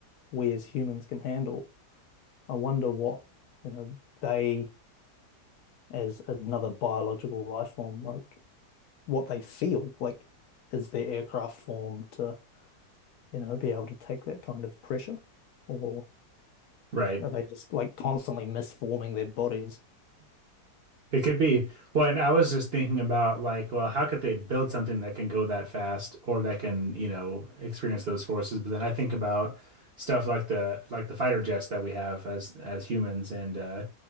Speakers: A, on the left; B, on the right.
A: we as humans can handle, I wonder what, you know, they as another biological life form, like what they feel. Like, is their aircraft formed to, you know, be able to take that kind of pressure? Or
B: Right.
A: are they just like constantly misforming their bodies?
B: It could be. Well, and I was just thinking about like, well, how could they build something that can go that fast or that can, you know, experience those forces? But then I think about stuff like the like the fighter jets that we have as as humans, and uh,